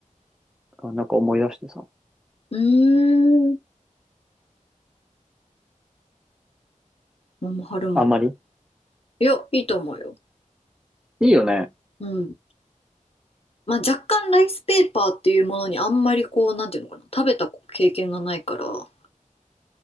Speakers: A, in the centre; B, on the left (about 45°).
A: あなんか思い出してさ。
B: うーん。桃春巻き。
A: あんまり
B: いや、いいと思うよ。
A: いいよね。
B: うん。まあ若干ライスペーパーっていうものにあんまりこう、なんていうのかな、食べた経験がないから、